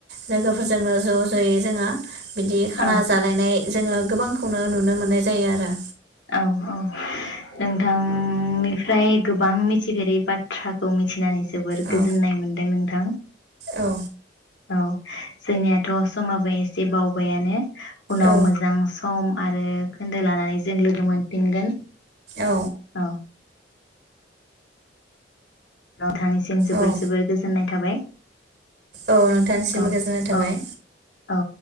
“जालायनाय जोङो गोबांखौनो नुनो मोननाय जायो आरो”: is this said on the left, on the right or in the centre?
Right